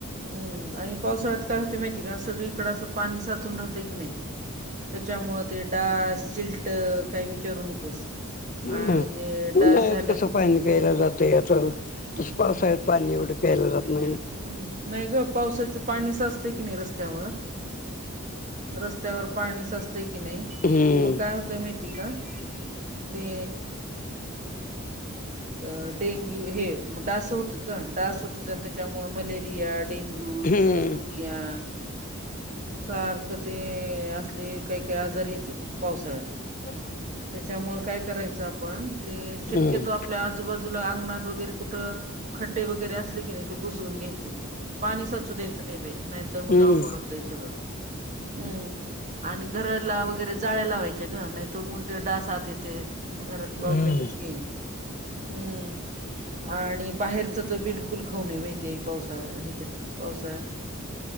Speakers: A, on the right; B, on the left.
A: हम्म आणि पावसाळ्यात काय होतंय माहितेय का? सगळीकडं असं पाणी साचून राहतंय की नाही. त्याच्यामुळं ते डास चिलटं काय विचारू नकोस.
B: हम्म
A: आणि ते डास
B: उन्हाळ्यात
A: झाल्या
B: कसं पाणी प्यायला जातोय याचाव तसं
A: हम्म
B: पावसाळ्यात पाणी एवढं प्यायला जात नाहीन.
A: हम्म, नाही गं पावसाचे पाणी साच ते कणी रस्त्यावर रस्त्यावर पाणी साच तय की नाही
B: हम्म
A: मग काय होतंय माहिती का? ते अ डेंग्यू हे म डास होतात गं डास होतात आणि त्याच्यामुळे मलेरिया डेंग्यू,
B: हम्म
A: चिकनगुनिया सारखं ते असले काही काही आजार येतेत पावसाळ्यात.
B: <unintelligible>
A: त्यामुळं काय करायचं आपण ते शेक
B: हम्म
A: आपल्या आजूबाजूला अंगणात वगैरे कुठं खड्डे वगैरे असले की नाही ते बुजवून घ्यायचे. पाणी साचू द्यायचं नाही बाई नाहीतर मग
B: हम्म
A: अवघड होतंय सगळं. हम्म, आणि घराला वगैरे जाळ्या लावायच्या गं नाही त उलते डास आत येतेत. घरात प्रॉब्लेमच
B: हम्म
A: की हम्म, आणि बाहेर च त बिलकुल खाऊ नये बाई ते पावसाळा ह्याच्यात पावसाळ्यात.